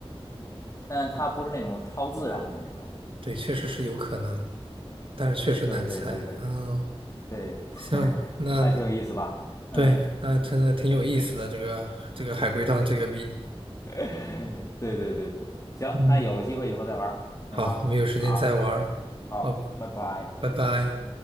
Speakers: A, on the left; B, on the right.
A: 但是它不是那种超自然的那种。
B: 对，确实是有可能，但是确实难猜。
A: 对对对对
B: 嗯，
A: 对，
B: 行，
A: <laughs>
B: 那
A: 还挺有意思吧？嗯，
B: 对，那真的挺有意思的这个这个海龟汤这个谜。
A: <laughs> 对对对对，行，
B: 嗯，
A: 那有机会以后再玩儿行吗？
B: 好，我们有时间再玩儿。
A: 好，好，好拜拜。
B: 好，拜拜。